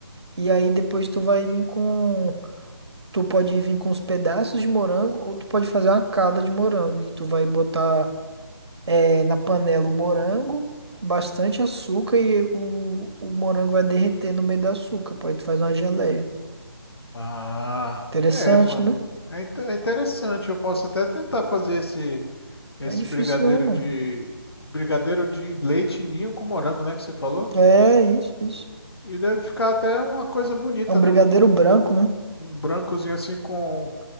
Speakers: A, on the right; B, on the left.
A: E aí depois tu vai vir com, Tu pode vir com os pedaços de morango ou tu pode fazer uma calda de morango, que tu vai botar eh, na panela o morango, bastante açúcar e o, o morango vai derreter no meio do açúcar, pô, aí tu faz uma geleia.
B: Ah,
A: Interessante,
B: é, mano.
A: né?
B: É, inte- é interessante. Eu posso até tentar fazer esse. Esse
A: Não é difícil
B: brigadeiro
A: não, mano.
B: de. Brigadeiro de leite ninho com morango, né? Que você falou?
A: É isso, isso.
B: E deve ficar até uma coisa bonita,
A: É um
B: né?
A: brigadeiro
B: Um,
A: branco, né?
B: um brancozinho assim com o